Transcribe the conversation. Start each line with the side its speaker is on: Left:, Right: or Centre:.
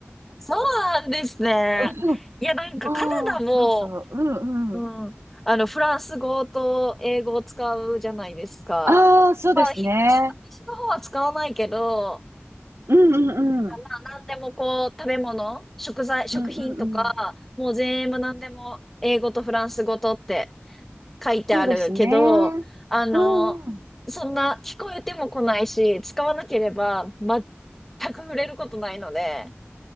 Centre: そうなんですね。
Right: な。うん
Centre: いや、なんかカナダも、
Right: ああ、そうそう。うんうん。
Centre: うん、あの、フランス語と英語を使うじゃないですか。
Right: ああ、そうですね。
Centre: まあ、ひ西の西の方は使わないけど、
Right: うんうんうん。
Centre: まあ、なんでもこう、食べ物、食材、食品とか、
Right: うんうんうん。
Centre: もう全部なんでも英語とフランス語とって書いてあるけど、
Right: そうですね。
Centre: あの、
Right: うんうん。
Centre: そんな聞こえても来ないし、使わなければ全く触れることないので、